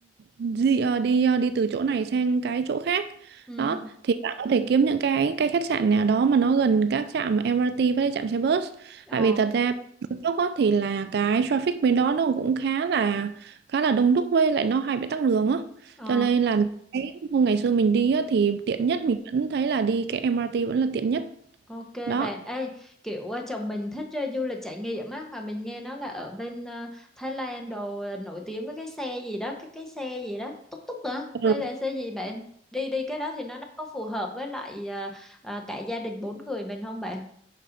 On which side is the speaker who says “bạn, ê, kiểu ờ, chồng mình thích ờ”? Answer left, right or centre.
Centre